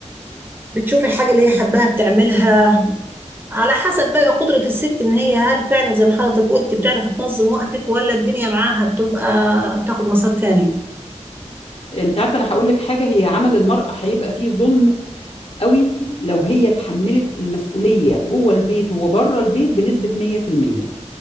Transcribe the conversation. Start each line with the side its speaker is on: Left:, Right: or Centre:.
Right: بتشوف الحاجه اللي هي حباها بتعملها على حسب بقى قدره الست ان هي هل فعلا زي ما حضرتك قلت بتعرف تنظم وقتك ولا الدنيا معاها بتبقى بتاخد مسار تاني
Left: انت عارفة انا هقول لك حاجة هي عمل المرأة هيبقى فيه ظلم قوي لو هي اتحملت المسؤولية جوه البيت وبره البيت بنسبة 100%